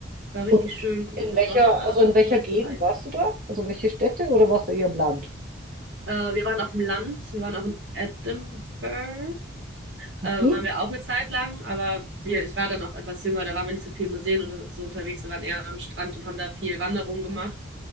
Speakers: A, on the right; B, on the right.
A: war richtig
B: Und
A: schön mit
B: in welcher,
A: Sonne und sowas,
B: also
A: aber
B: in welcher
A: es war nicht
B: Gegend
A: zu heiß.
B: warst du da? Also welche Städte oder warst du eher im Land?
A: Äh, wir waren auf dem Land, wir waren auch in Edinburgh.
B: Mhm.
A: Äh, waren wir auch eine Zeit lang, aber wir, ich war dann auch etwas jünger, da waren wir nicht so viel in Museen und so unterwegs. Wir waren eher am Strand und haben da viel Wanderung gemacht.